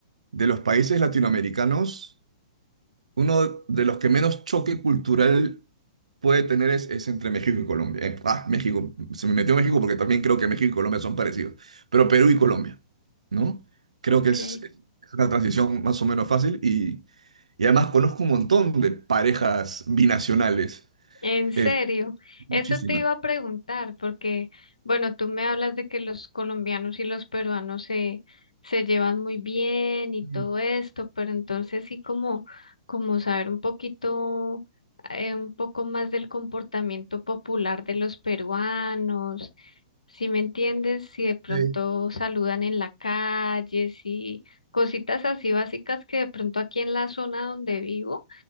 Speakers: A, on the right (about 80°); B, on the left (about 80°).
A: de los países latinoamericanos... Uno de los que menos choque cultural puede tener es, es entre México y Colombia. Eh, ah, México, se me metió México porque también creo que México y Colombia son parecidos, pero Perú y Colombia, ¿no? Creo
B: Ok.
A: que es, es una transición más o menos fácil y, y además conozco un montón de parejas binacionales,
B: En serio,
A: eh, muchísimas.
B: eso te iba a preguntar, porque, bueno, tú me hablas de que los colombianos y los peruanos se, se llevan muy bien y todo
A: Mm,
B: esto, pero entonces sí como, como saber un poquito, eh, un poco más del comportamiento popular de los peruanos, si me entiendes, si de pronto
A: Sí.
B: saludan en la calle, si cositas así básicas que de pronto aquí en la zona donde vivo